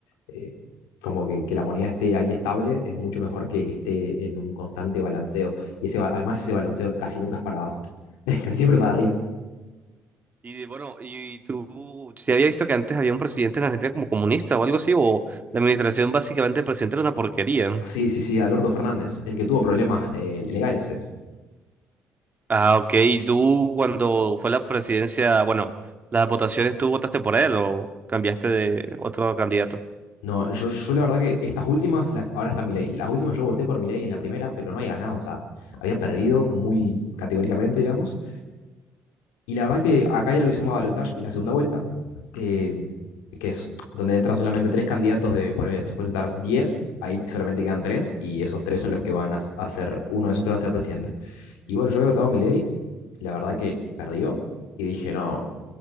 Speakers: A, on the left; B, on the right.
A: eh, como que, que la moneda esté ahí estable es mucho mejor que que esté en un constante balanceo. Y ese, ba- además ese balanceo casi nunca es para abajo, <laughs> casi siempre para arriba.
B: Y de- bueno, y tú, si había visto que antes había un presidente en Argentina como comunista o algo así, o la administración básicamente del presidente era una porquería.
A: Sí, sí, sí, Alberto Fernández, el que tuvo problemas eh, legales es.
B: Ah, ok, y tú cuando fue la presidencia, bueno, las votaciones, ¿tú votaste por él o cambiaste de otro candidato?
A: No, yo, yo la verdad que estas últimas, las- ahora está Milei. Las últimas yo voté por Milei en la primera, pero no había ganado, o sea, había perdido muy categóricamente, digamos. Y la verdad que acá hay algo que se llama balotaje, que es la segunda vuelta, eh, que es donde entran solamente tres candidatos de ponerle, se presentar 10, ahí solamente quedan tres, y esos tres son los que van a, s- a ser, uno de esos tres va a ser presidente. Y bueno, yo he votado Milei, la verdad que perdió, y dije, no,